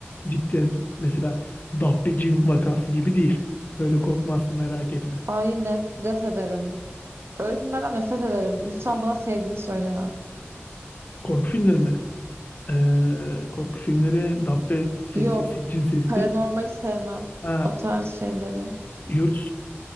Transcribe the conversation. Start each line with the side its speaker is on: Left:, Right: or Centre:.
Left: ciddi mesela Dabbe Jim vakası gibi değil. Öyle korkmazsın merak etme.
Right: Ay nefret ederim. Öyle filmlerden nefret ederim. Lütfen bana sevdiğini söyleme.
Left: Korku filmleri mi? Ee, korku filmleri Dabbe serisi,
Right: Yok.
Left: Siccin serisi.
Right: Paranormali sevmem.
Left: Ha,
Right: O tarz şeyleri.
Left: yurt